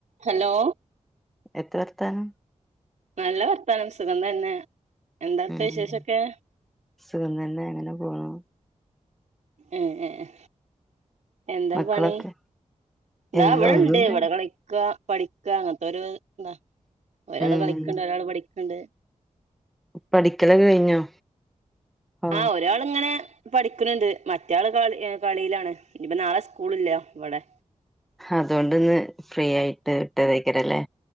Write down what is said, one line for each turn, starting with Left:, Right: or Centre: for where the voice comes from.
Right: ഹലോ
Centre: എത്താ വർത്താനം?
Right: നല്ല വർത്താനം സുഖം തന്നെ എന്താ അവിടുത്തെ
Centre: ഉം
Right: വിശേഷൊക്കെ
Centre: സുഖം തന്നെ അങ്ങനെ പോണു
Right: ഏഹ് ഏഹ് എന്താ
Centre: മക്കളൊക്കെ
Right: പണി? താ
Centre: എന്താ
Right: വടെണ്ട്
Centre: ഒന്നുല്ല
Right: വടെ കളിക്കാ പഠി ക്ക് അങ്ങൻത്തൊര് ദ ഒരാള്
Centre: ഉം
Right: കളിക്ക്ണ്ട് ഒരാള് പഠിക്ക്ണ്ട്
Centre: പഠിക്കലൊക്കെ കഴിഞ്ഞോ? ഓ
Right: ആഹ് ഒരാള്ങ്ങനെ പഠിക്ക്ണ്ണ്ട് മറ്റേ ആള് കളി കളിലാണ് ഇഞ്പ്പ നാളെ സ്കൂളില്ല വടെ
Centre: അതോണ്ട്ന്ന് ഫ്രീ ആയിട്ട് വിട്ടതേക്കാരല്ലേ